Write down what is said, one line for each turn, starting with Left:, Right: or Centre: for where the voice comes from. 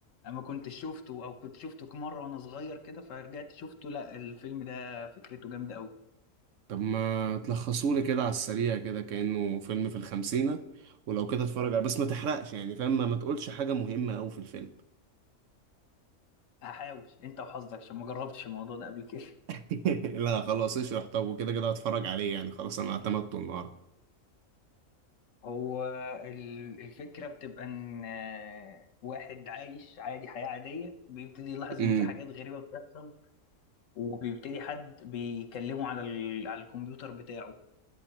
Left: ما كنتش شفته أو كنت شفته مرة وأنا صغير كده فرجعت شفته لا الفيلم ده فكرته جامدة أوي
Right: طب ما تلخصولي كده على السريع كده كأنه فيلم في الخمسينة ولو كده اتفرج عليه بس ما تحرقش يعني فاهم ما ما تقولش حاجة مهمة أوي في الفيلم
Left: هحاول انت وحظك عشان ما جربتش الموضوع ده قبل كده
Right: <laughs> لا خلاص اشرح طب وكده كده هتفرج عليه يعني خلاص انا اعتمدته النهارده
Left: هو ال- الفكره بتبقى ان آه، واحد عايش عادي حياه عاديه بيبتدي يلاحظ ان
Right: امم
Left: في حاجات غريبه بتحصل وبيبتدي حد بيكلمه على ال... على الكمبيوتر بتاعه